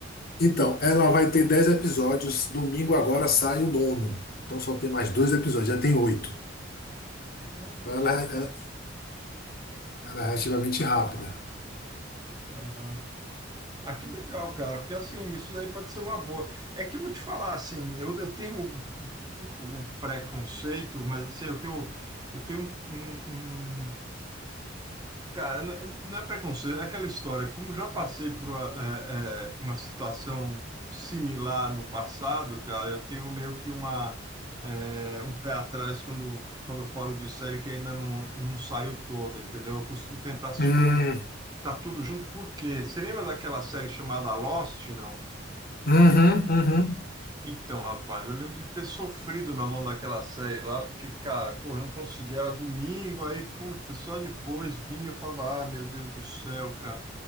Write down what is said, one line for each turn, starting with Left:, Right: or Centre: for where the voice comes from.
Left: Então, ela vai ter 10 episódios. Domingo agora sai o nono. Então só tem mais dois episódios, já tem oito.
Right: Olha
Left: Então
Right: só.
Left: ela, é,
Right: cara.
Left: ela, ela é relativamente rápida.
Right: Aham. Ah, que legal, cara, porque assim, isso daí pode ser uma boa. É que eu vou te falar, assim, eu, eu tenho um, um um um preconceito, mas assim, o que eu, eu tenho um, um- um Cara, não é não é preconceito, é aquela história. Como já passei por uma, é, é, uma situação similar no passado, cara, eu tenho meio que uma, é, um pé atrás quando, quando eu falo de série que ainda não, não saiu toda, entendeu? Eu costumo tentar assistir
Left: Hum,
Right: quando tá tudo junto, por quê? Você lembra daquela série chamada Lost, não?
Left: uhum, uhum.
Right: Então, rapaz, eu lembro de ter sofrido na mão daquela série lá, porque, cara, pô, eu não conseguia, era domingo, aí, puta, só depois vinha e falava, ah, meu Deus do céu, cara.